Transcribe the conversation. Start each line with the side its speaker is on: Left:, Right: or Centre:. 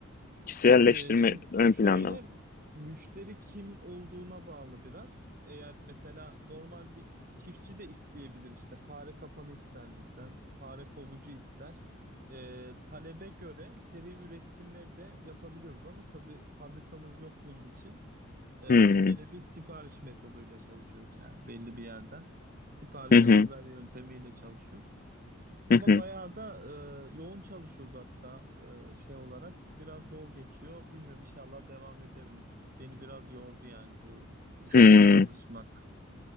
Left: kişiselleştirme
Right: Tabii şimdi
Left: ön
Right: şöyle
Left: planda mı?
Right: müşteri kim olduğuna bağlı biraz. Eğer mesela normal bir çiftçi de isteyebilir işte fare kapanı ister bizden, fare kovucu ister. Ee, talebe göre seri üretime de yapabiliyoruz ama tabii fabrikamız yok bunun için. Ee,
Left: Hmm.
Right: gene bir sipariş metoduyla çalışıyoruz yani belli bir yerden. Sipariş
Left: Hı hı.
Right: al ver yöntemiyle çalışıyoruz. Ama
Left: Hı hı.
Right: bayağı da e, yoğun çalışıyoruz hatta e, şey olarak. Biraz zor geçiyor. Bilmiyorum inşallah devam ederim. Beni biraz yordu yani bu bu şekilde
Left: Hmm.
Right: çalışmak.